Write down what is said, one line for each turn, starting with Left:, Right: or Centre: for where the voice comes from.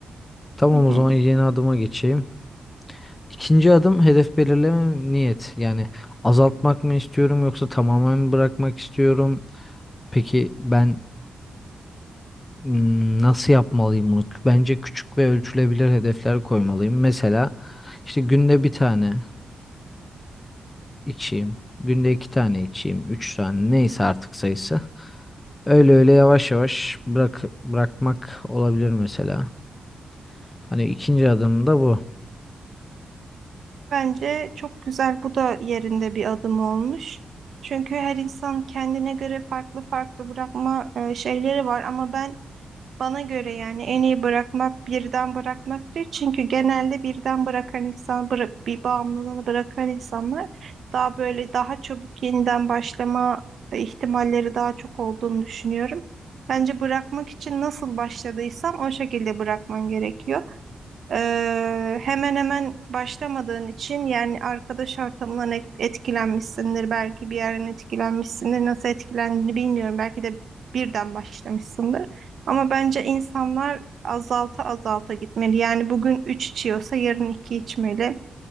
Left: Tamam
Right: Hı
Left: o
Right: hı.
Left: zaman yeni adıma geçeyim. İkinci adım hedef belirleme niyet. Yani azaltmak mı istiyorum yoksa tamamen mi bırakmak istiyorum? Peki ben Hmm, Nasıl yapmalıyım bunu? Bence küçük ve ölçülebilir hedefler koymalıyım. Mesela işte günde bir tane içeyim, günde iki tane içeyim, üç tane neyse artık sayısı. Öyle öyle yavaş yavaş bırak bırakmak olabilir mesela. Hani ikinci adım da bu.
Right: Bence çok güzel bu da yerinde bir adım olmuş. Çünkü her insan kendine göre farklı farklı bırakma e, şeyleri var ama ben Bana göre yani en iyi bırakmak birden bırakmak değil. Çünkü genelde birden bırakan insan, bırak, bir bağımlılığını bırakan insanlar daha böyle daha çabuk yeniden başlama e, ihtimalleri daha çok olduğunu düşünüyorum. Bence bırakmak için nasıl başladıysan o şekilde bırakman gerekiyor. Ee, hemen hemen başlamadığın için yani arkadaş ortamından et- etkilenmişsindir. Belki bir yerden etkilenmişsindir. Nasıl etkilendiğini bilmiyorum. Belki de birden başlamışsındır. Ama bence insanlar azalta azalta gitmeli. Yani bugün 3 içiyorsa yarın 2 içmeli.